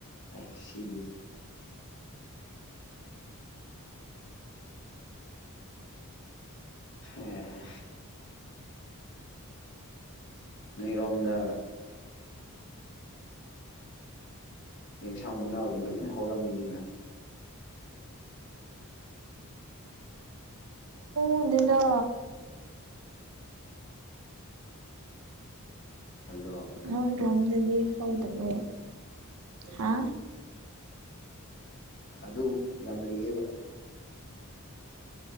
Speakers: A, on the left (about 55°); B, on the right (about 70°).
A: ꯑꯥ ꯁꯤꯅꯨꯞ ꯑꯦ ꯍꯦ ꯅꯣꯏꯔꯣꯝꯗ ꯌꯦꯟꯁꯥꯡ ꯃꯅꯥꯒꯨꯝꯕ ꯌꯥꯝ ꯍꯧꯔꯝꯒꯅꯤꯅ
B: ꯍꯧꯗꯦꯗꯥ
A: ꯍꯥꯏꯕ꯭ꯔꯣ
B: ꯅꯣꯏ꯭ꯔꯣꯝꯗꯗꯤ ꯍꯧꯗꯕ꯭ꯔꯣ ꯍꯥ
A: ꯑꯗꯨ ꯌꯥꯝ ꯂꯩꯌꯦꯕ